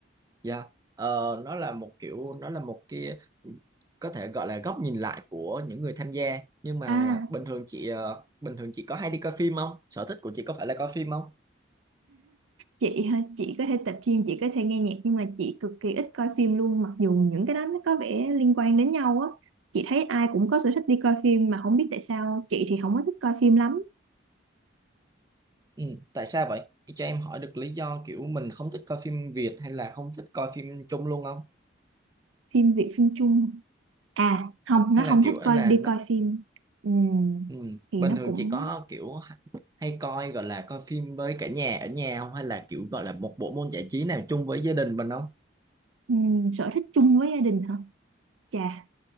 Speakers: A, on the right; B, on the right.
A: Dạ, Ờ, nó là một kiểu, nó là một cái có thể gọi là góc nhìn lại của những người tham gia. Nhưng mà
B: à
A: bình thường chị ờ, bình thường chị có hay đi coi phim không? Sở thích của chị có phải là coi phim không?
B: chị hả? chị có thể tập gym chị có thể nghe nhạc nhưng mà chị cực kỳ ít coi phim luôn mặc dù những cái đó nó có vẻ liên quan đến nhau á chị thấy ai cũng có sở thích đi coi phim mà không biết tại sao chị thì không có thích coi phim lắm
A: Ừ, tại sao vậy? Chị Cho em hỏi được lý do kiểu mình không thích coi phim Việt hay là không thích coi phim chung luôn không?
B: phim Việt phim Trung à không
A: Hay
B: nó
A: là
B: không
A: kiểu
B: thích
A: ấy
B: coi
A: là
B: đi
A: nó-
B: coi phim Ừm,
A: ừ,
B: thì
A: bình
B: nó
A: thường
B: cũng
A: chị có kiểu hay coi gọi là coi phim với cả nhà ở nhà không? Hay là kiểu gọi là một bộ môn giải trí nào chung với gia đình mình không?
B: ừm, sở thích chung với gia đình hả chà